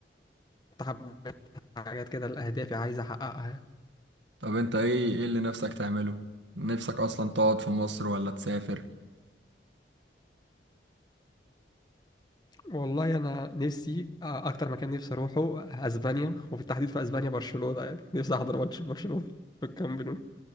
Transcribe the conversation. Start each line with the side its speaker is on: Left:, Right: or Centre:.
Left: حبيت حاجات كده الاهداف عايز احققها يعني.
Right: طب انت ايه ايه اللي نفسك تعمله نفسك اصلا تقعد في مصر ولا تسافر
Left: والله انا نفسي آه، اكتر مكان نفسي اروحه اسبانيا وبالتحديد في اسبانيا برشلونة يعني نفسي احضر ماتش برشلونة في الكامب نو